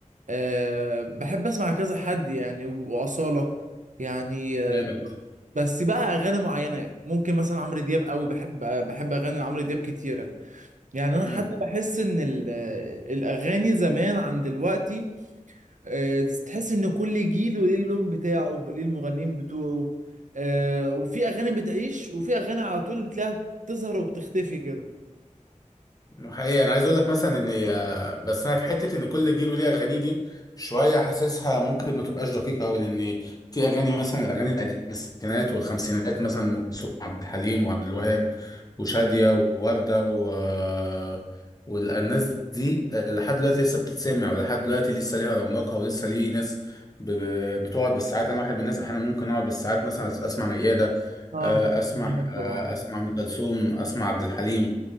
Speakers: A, on the right; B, on the left.
A: آه، بحب اسمع كذا حد يعني واصاله يعني
B: جامد
A: بس بقى اغاني معينه ممكن مثلا عمرو دياب قوي بحب بحب اغاني عمرو دياب كتيره يعني انا
B: مم.
A: حتى بحس ان ال- الاغاني زمان عن دلوقتي آه، تحس ان كل جيل وليه اللون بتاعه ليه المغنيين بتوعه آه، وفي اغاني بتعيش وفي اغاني على طول بتلاقيها بتظهر وبتختفي كده
B: حقيقي انا عايز اقول لك مثلا ان آه، بس انا في حته ان كل جيل وليه اغانيه دي شويه حاسسها ممكن ما تبقاش دقيقه قوي لان في اغاني مثلا الاغاني القديمه الستينات والخمسينات مثلا ام كلثوم وعبد الحليم وعبد الوهاب وشاديه وورده و آه، والناس دي آه، لحد دلوقتي لسه بتتسمع ولحد دلوقتي لسه ليها رونقها ولسه ليه ناس ب... ب- بتقعد بالساعات انا واحد من الناس احيانا ممكن اقعد بالساعات مثلا اسمع مياده
A: اه
B: آه، اسمع
A: دي حقيقة
B: آه،
A: طبعا
B: اسمع ام كلثوم اسمع عبد الحليم